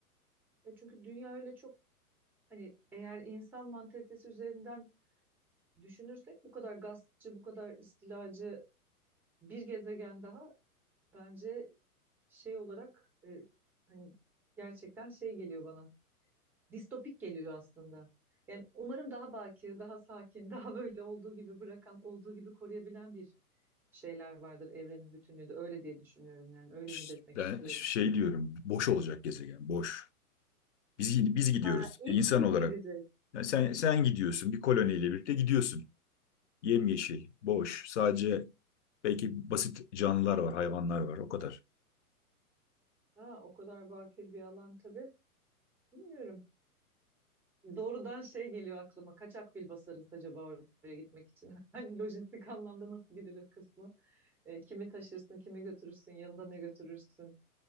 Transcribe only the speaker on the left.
Ş-
Ben
şey diyorum, boş olacak gezegen, boş. Biz, biz gidiyoruz
insan
olarak.
Yani sen, sen gidiyorsun bir koloniyle birlikte gidiyorsun. Yemyeşil, boş, sadece belki basit canlılar var, hayvanlar var o kadar.